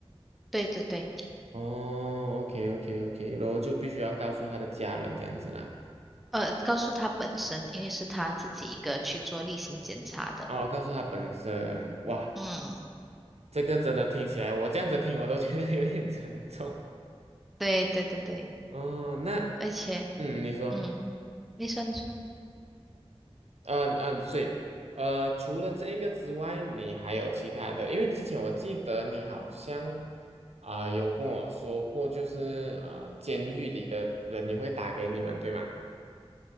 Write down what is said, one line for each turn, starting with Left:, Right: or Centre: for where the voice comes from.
Centre: 对对对，
Right: 哦，OK OK OK，然后就必须要告诉他的家人这样子啦。
Centre: 呃，告诉他本身，因为是他自己一个去做例行检查的。
Right: 哦，告诉他本身，哇，
Centre: 嗯，
Right: 这个真的听起来，我这样子听我都觉得有一点沉重。
Centre: 对对对对，
Right: 哦，那
Centre: 而且
Right: 嗯，你说。
Centre: 嗯，你说你说
Right: 嗯嗯，所以呃，除了这个之外，你还有其他的？因为之前我记得你好像啊、有跟我说过，就是呃，监狱里的人也会打给你们，对吗？